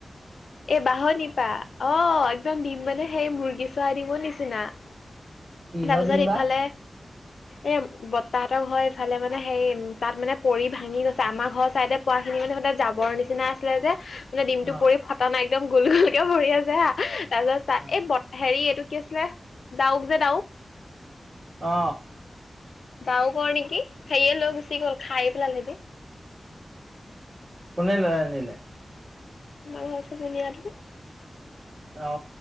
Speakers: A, on the left; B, on the right.
A: এ বাঁহনিপা, অ একদম দিম মানে সেই মুৰ্গী চৰাই দিমৰ নিচিনা। তাৰপিছত
B: কিহৰ দিম বা
A: ইফালে।
B: <inaudible>
A: এ বৰ্তাহঁতৰ ঘৰ এইফালে মানে, হেৰি তাত মানে পৰি ভাঙি গৈছে আমাৰ ঘৰৰ চাইদে। পৰাখিনি মানে জাবৰৰ নিচিনা আছিলে যে। মানে ডিমটো
B: অ
A: পৰি ফটা নাই একদম গোল গোলকে পৰি আছে হা তাৰপিছত চাই
B: অ
A: এ বত। হেৰি এইটো কি আছিলে ডাউক যে ডাউক।
B: অ।
A: ডাউকৰ নেকি হেৰিয়ে লৈ গুচি গ'ল খাই পেলালে গে।
B: কোনে লৈ আনিলে?
A: আমাৰ ঘৰৰ ওচৰৰ ধুনীয়াটো।
B: অ